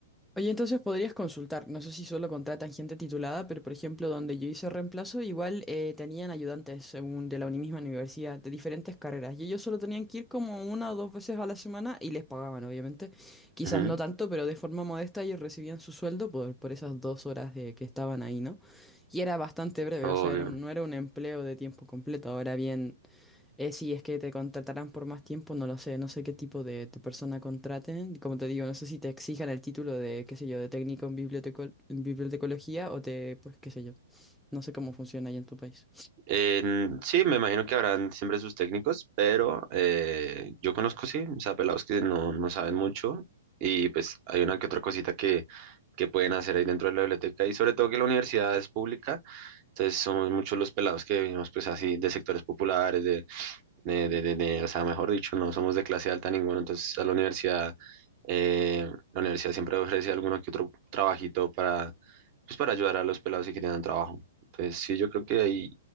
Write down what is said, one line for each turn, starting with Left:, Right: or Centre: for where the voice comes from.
Centre: Oye, entonces podrías consultar, no sé si solo contratan gente titulada, pero por ejemplo donde yo hice reemplazo, igual eh, tenían ayudantes según de la uni- misma universidad, de diferentes carreras, y ellos solo tenían que ir como una o dos veces a la semana y les pagaban, obviamente. Quizás
Right: Ujú,
Centre: no tanto, pero de forma modesta ellos recibían su sueldo por, por esas dos horas de, que estaban ahí, ¿no? Y era bastante breve,
Right: obvio.
Centre: o sea, era un- no era un empleo de tiempo completo. Ahora bien, eh, si es que te contratarán por más tiempo, no lo sé, no sé qué tipo de, de persona contraten. Como te digo, no sé si te exijan el título de, qué sé yo, de técnico en biblioteco- en bibliotecología o te, pues, qué sé yo. No sé cómo funciona ahí en tu país.
Right: En- sí, me imagino que habrán siempre sus técnicos, pero eh, yo conozco, sí, o sea, pelados que no, no saben mucho y pues hay una que otra cosita que, que pueden hacer ahí dentro de la biblioteca y sobre todo que la universidad es pública. Entonces somos muchos los pelados que venimos pues así de sectores populares, de, de, de, de- de- o sea, mejor dicho, no somos de clase alta ninguno, entonces a la universidad, eh, la universidad siempre ofrece alguno que otro trabajito para, pues para ayudar a los pelados si quieren un trabajo. Entonces sí, yo creo que ahí